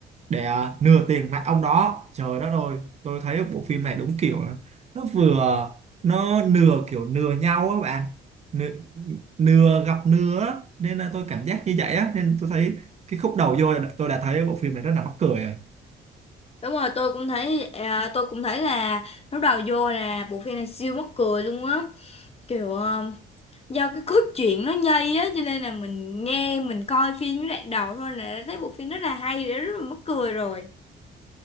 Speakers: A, on the right; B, on the left.
A: để à, lừa tiền lại ông đó trời đất ơi tôi thấy bộ phim này đúng kiểu là nó vừa nó lừa kiểu lừa nhau á bạn lừa, lừa gặp lừa á. nên là tôi cảm giác như vậy á nên tôi thấy cái khúc đầu vô là tôi đã thấy bộ phim này rất là mắc cười rồi
B: Đúng rồi, tôi cũng thấy ờ, tôi cũng thấy là lúc đầu vô là bộ phim này siêu mắc cười luôn á. kiểu ờ, do cái cốt truyện nó nhây á cho nên là mình nghe mình coi phim với đoạn đầu thôi là đã thấy bộ phim rất là hay rồi rất là mắc cười rồi